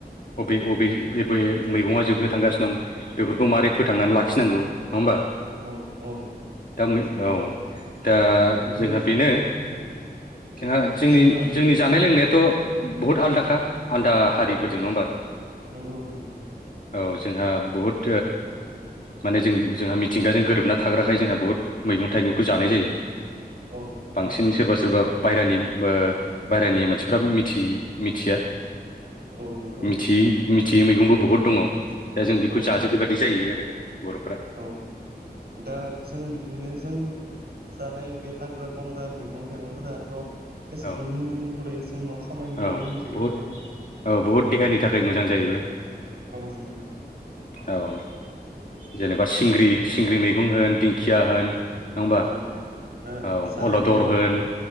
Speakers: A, on the left (about 55°); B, on the right (about 75°).
A: अबे
B: औ
A: अबे एबे मैगङा जोबनो थांगासिनो दं बेफोरखौ मारै फोथांनानै लाखिनांगौ नङा होमबा?
B: औ औ
A: दा बे औ दा
B: नंगौ
A: जोंहा बेनो जोंहा जोंनि
B: जोंहा
A: जोंनि जानाय लोंनायाथ'
B: औ
A: बहुद आलादाखा आलदा हारिफोरजों
B: औ
A: नङा होमबा?
B: नंगौ ओं,
A: औ जोंहा बहुत माने जों जोंहा मिथिंगाजों गोरोबना थाग्राखाय जोंहा बहुत मैगं थाइगंखौ जानाय जायो।
B: औ नंगौ
A: बांसिन सोरबा सोरबा बायहेरानि बायहेरानि मानसिफ्रा मिथि मिथिया
B: औ नंगौ
A: मिथियि मिथियि मैगंबो बहुद दङ दा जों बेखौ
B: औ
A: जाजोबबाय। बिदि जाहैयो आरो बर'फ्रा
B: औ दा जों बिदिनो जों जानाय बे हाग्रा बंग्रा मैगं थाइगंफोराथ' गासैबो
A: औ
B: मुलि महरै जोंनाव खामानि मावो
A: औ
B: होनजायो
A: बहुद
B: जोङो।
A: औ बहुद देहानि थाखाय मोजां जाहैबाय।
B: औ नंगौ!
A: औ जेनेबा सिंग्रि सिंग्रि मैगं होन दिंखिया होन नङा होमबा
B: औ ओ
A: औ
B: जारि
A: अल'दर होन